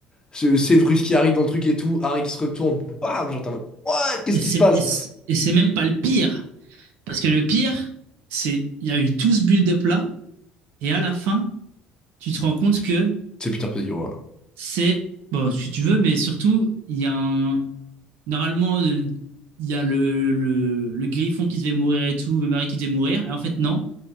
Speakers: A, on the left; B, on the right.
A: Ce Severus qui arrive dans le truc et tout, Harry qui se retourne, bam, genre t'es en mode, What? Qu'est-ce
B: Et c'est
A: qui se passe?
B: et c'est- et c'est même pas le pire. Parce que le pire, c'est il y a eu tout ce build-up là, et à la fin, tu te rends compte que
A: C'est Peter Pettigrew, ouais.
B: c'est. Bon, si tu veux, mais surtout, il y a un. Normalement, le- il y a le, le, le griffon qui devait mourir et tout, Mary qui devait mourir. Et en fait, non.